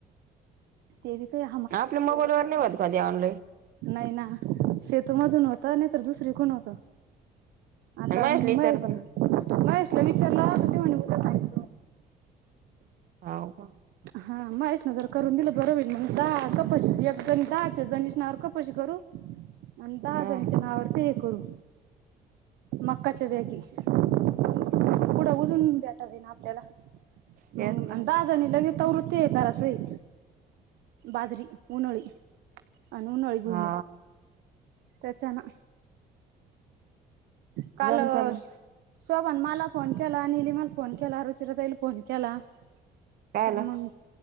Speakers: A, on the right; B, on the right.
A: ते बी काया
B: आपल्या मोबाईलवर नाहीवत कधीऑलाईन
A: नाही ना.. सेतूमधून होत नाही तर दुसर कोण होत आता
B: महेशला
A: मी
B: विचारतो
A: महेश..
B: मी
A: महेशला विचारला त.. म्हणे सांग
B: हौ का
A: हा मशणा जर करून दिलं बरोवीन मग जा कपशीण जाचे जणसणावर कपशी करू आणि दहाजणीच्या
B: हा
A: नावावर हे करू मक्काच्या बॅगी पुढं उजून भेटाच ये ना आपल्याला
B: तेच
A: मग
B: ना
A: दहाजणी लगेच तवृत्ते आहे कारचई बाजरी उनोळी आणिन उळी गुमुग..
B: हा
A: त्याच्या ना काल
B: जमत ना
A: शोबण मला फोन केला आणि नीलिमाला फोन केला रुचरताईला फोन केला
B: कायला
A: पण मग